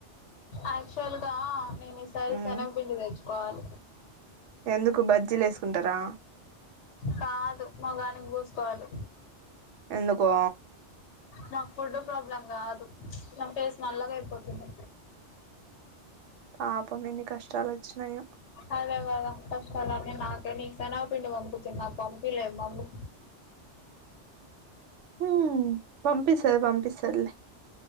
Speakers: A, on the left; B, on the right.
A: ఆక్చువల్గా నేన్ ఈ సారి
B: హ్మ్.
A: శనగ పిండి తెచ్ పాన్
B: ఎందుకు బజ్జీలేస్ కుంటరా
A: కాదు మొఖానికి పూసుకోవాలి
B: ఎందుకో
A: నాకు ఫుడ్ ప్రాబ్లం కాదు నా ఫేస్ నల్లగ అయిపోతుంది
B: పాపం ఎన్ని కష్టాలు వచ్చినయో
A: అదే కదా కష్టాలన్నీ నాకే నీకు శనగ పిండి పంపుతుంది నాకు పంపిలేదు మమ్మి
B: ఊ పంపిస్ పంపిస్తది పంపిస్తదిలే